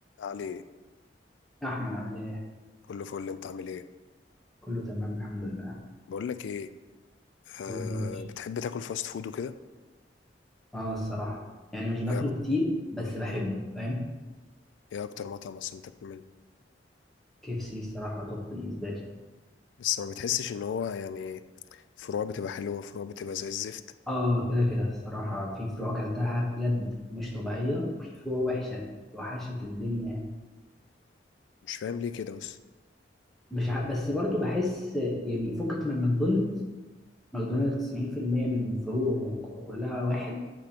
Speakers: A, on the left; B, in the centre.
A: علي
B: يا احمد عامل ايه
A: كله فل انت عامل ايه
B: كله تمام الحمد لله
A: بقول لك ايه آه
B: قول لي يا باشا
A: بتحب تاكل فاست فود وكده
B: اه الصراحه يعني مش باكله
A: ايه أك-
B: كتير بس بحبه فاهم
A: ايه اكتر مطعم اصلا بتاكل منه
B: كي اف سي الصراحه توب بالنسبه لي
A: بس ما بتحسش ان هو يعني فروع بتبقى حلوه وفروع بتبقى زي الزفت
B: اه كده كده الصراحه في فروع اكلتها بجد مش طبيعيه وفي فروع وحشه وحشه الدنيا يعني
A: مش فاهم ليه كده بس
B: مش ع... بس برضو بحس يعني فكك من ماكدونالدز ماكدونالدز 90% من فروعه كلها واحد